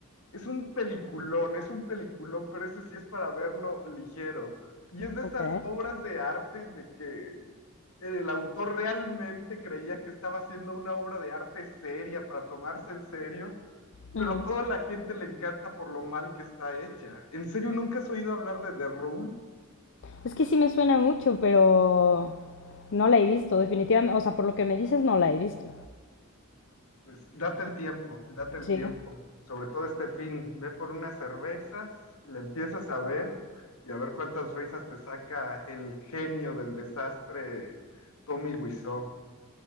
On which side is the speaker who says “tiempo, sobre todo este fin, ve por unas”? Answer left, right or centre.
Left